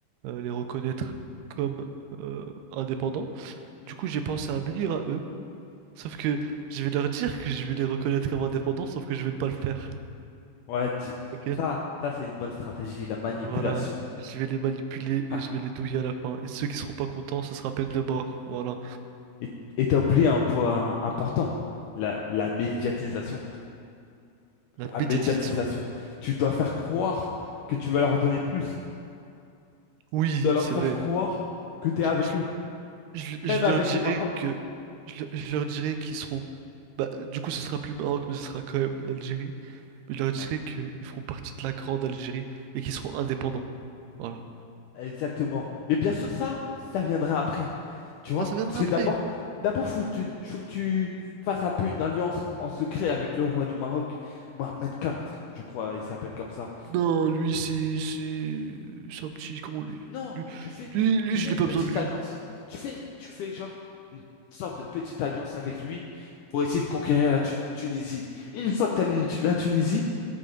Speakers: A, on the right; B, on the left.
A: euh, les reconnaître comme euh, indépendants.
B: Hmm.
A: Du coup, j'ai pensé à m'unir à eux Sauf que je vais leur dire que je vais les reconnaître comme indépendants, sauf que je vais ne pas le faire.
B: Ouais, tu-
A: Ok?
B: ça, ça c'est une bonne stratégie, la manipulation.
A: Voilà. Je vais les manipuler
B: Ah,
A: et je vais les douiller à la fin. Et ceux qui seront pas contents, ce sera peine de mort. Voilà.
B: Et et t'as oublié un point important, la, la médiatisation.
A: La
B: La
A: médiatisation.
B: médiatisation. Tu dois faire croire que tu vas leur donner plus.
A: Oui,
B: Tu dois leur
A: c'est
B: faire
A: vrai.
B: croire que t'es
A: Je,
B: avec
A: je-
B: eux,
A: je- je
B: même avec
A: leur dirai
B: le Maroc.
A: que. Je, le- je leur dirai qu'ils seront. Bah, du coup, ce sera plus le Maroc, mais ce sera quand même l'Algérie. Mais je leur dirai
B: Ouais.
A: qu'ils feront partie de la grande Algérie et qu'ils seront indépendants. Voilà.
B: Exactement. Mais bien sûr, ça, ça viendra après. Tu vois?
A: Ça, ça viendra
B: Parce que
A: après.
B: d'abord, d'abord, faut, que tu- faut que tu fasses un peu une alliance en secret avec le roi du Maroc, Mohamed IV, je crois, il s'appelle comme ça.
A: Non, lui, c'est, c'est, c'est un petit con, lui.
B: Non,
A: Lui,
B: tu fais,
A: lui, lui,
B: tu
A: je
B: fais
A: n'ai
B: une
A: pas
B: petite
A: besoin de lui.
B: alliance. Tu fais, tu fais genre une sorte de petite alliance avec lui pour essayer de conquérir la Tu- Tunisie. Une fois que tu as la Tunisie,